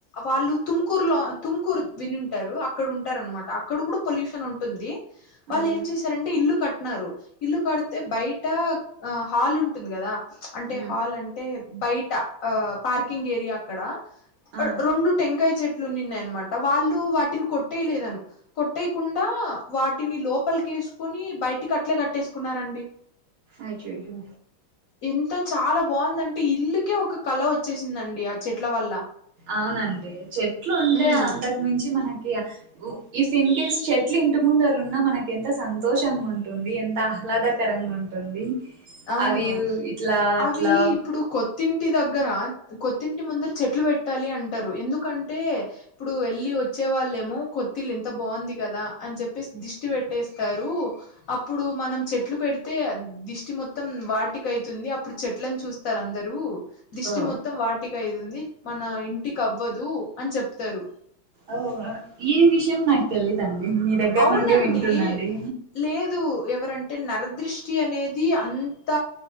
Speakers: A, on the left; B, on the right.
A: వాళ్ళు తుమ్కూర్లో తుమ్కూరు వినింటారు అక్కడ ఉంటారునమాట అక్కడ కూడా పొల్యూషన్ ఉంటుంది వాళ్ళు
B: ఆ
A: ఏం చేసారంటే ఇల్లు కట్టినన్నారు ఇల్లు కడితే బయట ఆ హాల్ ఉంటుంది కదా అంటే
B: ఉమ్
A: హాల్ అంటే బయట ట పార్కింగ్ ఏరియా అక్కడ
B: ఆ
A: రెండు టెంకాయ చెట్ నిన్నాయనమాట వాళ్ళు వాటిని కొట్టేయలేద కొట్టేయకుండా వాటిని లోపలికి తీసుకుని బయటికి అట్లే కట్లేసుకున్నండి
B: అయ్యయ్యో
A: ఎంత చాలా బాగుందంటే ఇల్లుకే ఒక కళ వచ్చేసిందండి ఆ చెట్ల వల్ల
B: అవునండి చెట్లు ఉంటే
A: ఉమ్
B: అంతకు మించంచి మనకే ఇఫ్ ఇన్ కేేస్ చెట్లు ఇంటి ముంద ఉన్నా మనకి ఎంత సంతోషంగా ఉంటుంది ఎంత లాదాకరంగా ఉంటుంది
A: అవును
B: అవి ఇట్లా అట్లా
A: అవి ఇప్పుడు కొత్తిం టి దగ్గర కొత్తింటి ముందర చెట్లు పెట్టాలి అంటారు ఎందుకంటే ఇప్పుడు వెళ్ళి వచ్చే డే వాళ్ళేమో కొత్తిలు ఎంత బాగుంది కదా అని చెప్పేసి దిష్టి పెట్టేస్తారు అప్పుడు మనం చెట్లు పెడితే దిష్టి మాత్ మొత్తం వాటిక అవుతుంది అప్పుడు చెట్లను చూస్తారు అందరు దిష్టి
B: ఓ
A: మొత్తం వాటిక అవుతుంది మన ఇంటికి అవ్వదు అని చెప్తారు
B: ఓ ఈ విషయం నాకు తెలీదండి మీ దగ్గర
A: అవునండి
B: నుండి వింటుందండి
A: లేదు ఎవరంటే నరదృష్టి అనేది అంత